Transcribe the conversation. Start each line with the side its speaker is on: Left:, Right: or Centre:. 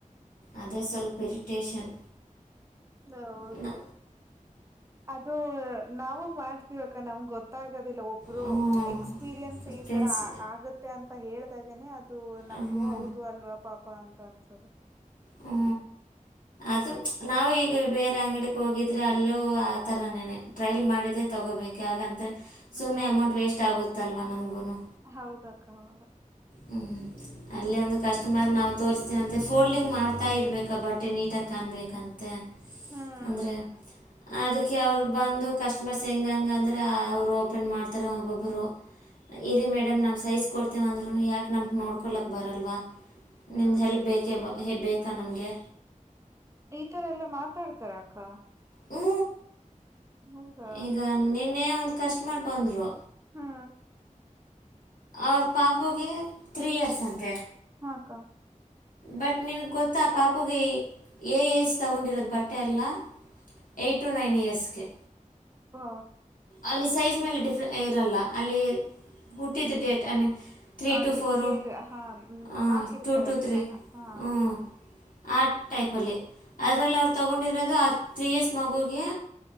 Left: ಅದೇ ಸ್ವಲ್ಪ ಇರಿಟೇಷನ್.
Right: ಹೌದು
Left: ನ
Right: ಅದು ನಾವು ಮಾಡ್ ಇವಾಗ ನಮ್ಗ್ ಗೊತ್ತಾಗೋದಿಲ್ಲ ಒಬ್ರು
Left: ಹ್ಞೂ
Right: ಎಕ್ಸ್ಪೀರಿಯನ್ಸ್ ಈ
Left: ಪ್ರಿನ್ಸ್
Right: ತರ ಆಗ ತ್ತೆ ಅಂತ ಹೇಳಿದಾಗೆನೆ ಅದು ನಮ್ಗೂ
Left: ಹ್ಞೂ
Right: ಹೌದು ಅಲ್ವಾ ಪಾಪ ಅಂತ ಅನ್ಸದು.
Left: ಹ್ಮ್ ಅದು ನಾವು ಈಗ ಬೇರೆ ಅಂಗಡಿಕ ಹೋಗಿದ್ರೆ ಅಲ್ಲೂ ಆ ಥರನೇನೆ. ಟ್ರಯಲ್ ಮಾಡಿದೆೇ ತೊಗೋಬೇಕು ಯಕಂತರೆ
Right: ಹ್ಮ್
Left: ಸುಮ್ಮನೆ
Right: ಹೌದು
Left: ಅಮೌಂಟ್ ವೇಸ್ಟ್ ಆಗುತ್ತಲ್ವಾ ನಮ್ಗೂನು.
Right: ಹೌದಕ್ಕ ಹೌದು.
Left: ಹ್ಮ್ ಅಲ್ಲೇ ಒಂದು ಕಸ್ಟಮರ್ ನಾವು ತೋಸ್ತೀವಂತೆ ಫೋಲ್ಡಿಂಗ್ ಮಾಡ್ತಾ ಇರ್ಬೇಕ ಬಟ್ಟೆ ನೀಟಾಗಿ ಕಾನಬೇಕಂತೆ.
Right: ಹ್ಮ್
Left: ಅಂದ್ರೆ. ಅದಕ್ಕೆ ಅವ್ರು ಬಂದು ಕಸ್ಟಮರ್ಸ್ ಹೆಂಗಂಗ ಅಂದ್ರೆ ಅವರು ಓಪನ್ ಮಾಡ್ತಾರೆ ಒಬ್ಬೊಬ್ರು. ಇರಿ ಮೇಡಂ ನಾವು ಸೈಜ್ ಕೊಡ್ತಿವ ಅಂದ್ರ ಯಾಕೆ ನಮ್ಕ್ ನೋಡ್ಕೊಲಕ್ ಬರಲ್ವಾ ನಿಮ್ದ
Right: ಹ್ಮ್
Left: ಹೆಲ್ಪ್ ಬೇಕೇಬ ಹೆ ಬೇಕಾ ನಮ್ಗೆ.
Right: ಈ ತರ ಎಲ್ಲಾ ಮಾತಾಡ್ತಾರ ಅಕ್ಕ.
Left: ಹ್ಞೂ
Right: ಹೌದಾ
Left: ಈಗ ನಿನ್ನೆ ಒಂದು ಕಸ್ಟಮರ್ ಬಂದರು.
Right: ಹಾ
Left: ಅವ್ರ ಪಾಪುಗೆ ತ್ರೀ ಇಯರ್ಸ್ ಅಂತೆ.
Right: ಹಾಕ್ಕ
Left: ಬಟ್ ನಿನಗ್ ಗೊತ್ತಾ ಆ ಪಾಪುಗೆ ಏ ಏಜ್ ತೊಗೊಂಡಿರೋದು ಬಟ್ಟೆ ಎಲ್ಲ. ಎಯ್ಟಟ್ ಟು ನೈನ್ ಇಯರ್ಸ್ಗೆ.
Right: ಹಾ
Left: ಅಲ್ಲಿ ಸೈಜ್ ಮೇಲೆ ಡಿಫ್ರೆ ಇರಲ್ಲ ಅಲ್ಲಿ ಟಿದ್ದು date I mean three
Right: ಅಲ್ಲಿ
Left: two ಫೋರು
Right: ಏರ್ ಹಾ
Left: ಹಾಂ
Right: ಹಾಕಿರ್ತಾರೆ
Left: ಟೂ ಟೂ ತ್ರೀ
Right: ಹಾ
Left: ಹ್ಞು. ಆ ಟೈಪಲ್ಲಿ ಅದರಲ್ಲಿ ಅವ್ರು ತೊಗೊಂಡಿರೋದು ಆ ತ್ರೀ ಇರ್ಸ್ ಮಗುಗೆ